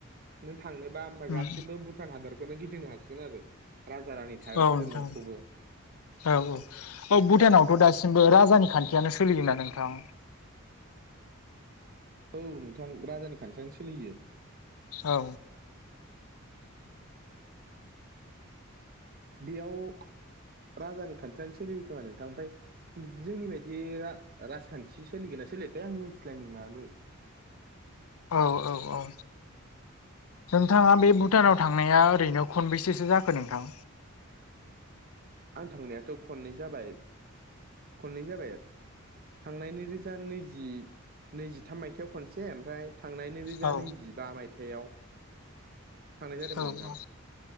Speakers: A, on the right (about 45°); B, on the left (about 85°).
A: नों थांनोबा ओमबा
B: उम
A: गासिबो भुटान हादरखौनो गिदिंनो हासिगोन आरो राजा रानि थाग्राफोरदो
B: औ नोंथां
A: न'खौबो
B: औ औ औ भुटानावथ' दासिमबो राजानि खान्थियानो सोलियोना नोंथां?
A: औ नोंथां राजानि खान्थियानो सोलियो।
B: औ।
A: बेयाव राजानि खान्थियानो सोलियो खोमा नोंथां ओमफ्राय जोंनि बायदि रा-राजखान्थि सोलिगोन ना सोलियाथाय आं मोनथिलाय नोंलाबो।
B: औ औ औ। नोंथाङा बे भुटानाव थांनाया ओरैनो खनबेसेसो जाखो नोंथां?
A: आं थांनायाथ' खननै जाबाय खननै जाबाय। थांनाय नैरोजा नैजि नैजिथाम मायथाइयाव खनसे ओमफ्राय थांनाय नैरोजा
B: औ
A: नैजिबा मायथाइयाव थांनाय जादोंमोन
B: औ औ
A: नोंथां।